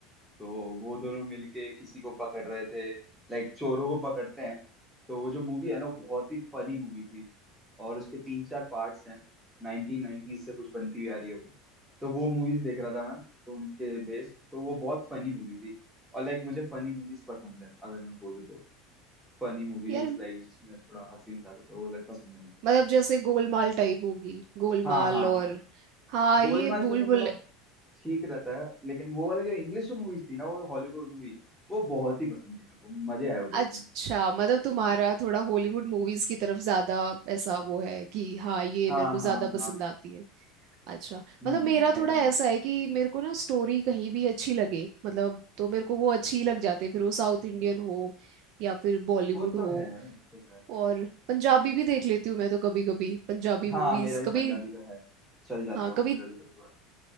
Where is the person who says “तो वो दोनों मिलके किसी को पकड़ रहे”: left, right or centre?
Centre